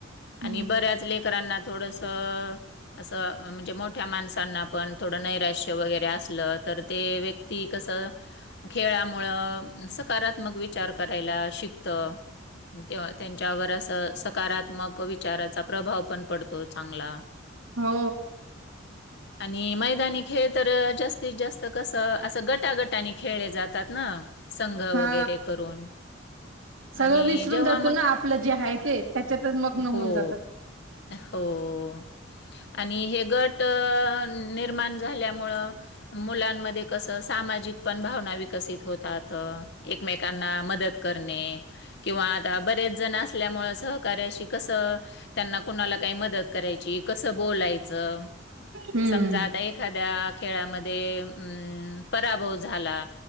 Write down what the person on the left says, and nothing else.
आणि बऱ्याच लेकरांना थोडंसं. तर असं म्हणजे, मोठ्या माणसांना पण थोडं नैराश्य वगैरे असलं. तर ते व्यक्ती कसं. खेळामुळं सकारात्मक विचार करायला शिकत. तेव्हा त्यांच्यावर असं, सकारात्मक विचारांचा प्रभाव पण पडतो. चांगला,
आणि मैदानी खेळ तर जास्त. जास्तीत जास्त कसं असं, गटागटानी खेळले जातात ना, संघ
वगैरे करून.
आणि
जेव्हा
मग
हो
हो, आणि हे गट निर्माण झाल्या. मग मुलांमध्ये कसं, सामाजिक पण भावना विकसित होतात. एकमेकांना मदत करणे. किंवा आता बरेच जण, असल्यामुळे सहकार्याशी कसं. त्यांना कुणाला काही मदत करायची कसं बोलायचं. ज
समजा आता एखाद्या खेळामध्ये, ते अं पराभव झाला.